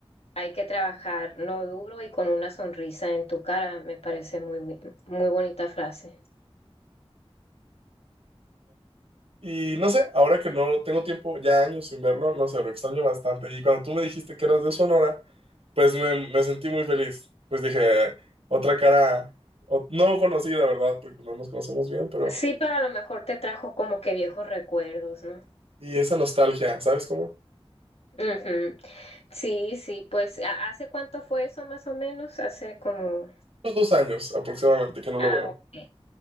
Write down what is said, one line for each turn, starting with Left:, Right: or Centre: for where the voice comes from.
Left: hay que trabajar no duro y con una sonrisa en tu cara, me parece muy, bu- muy bonita frase.
Right: Y no sé, ahora que no tengo tiempo, ya años sin verlo, no sé, lo extraño bastante. Y cuando tú me dijiste que eras de Sonora, pues me, me sentí muy feliz. Pues dije, otra cara o- no conocida, ¿verdad? Porque no nos conocemos bien, pero...
Left: Sí, pero a lo mejor te trajo como que viejos recuerdos, ¿no?
Right: Y esa nostalgia, ¿sabes cómo?
Left: Ujú. Sí, sí, pues ¿ha- ¿hace cuánto fue eso más o menos? Hace como...
Right: Unos dos años aproximadamente que no lo
Left: Ah,
Right: veo.
Left: ok.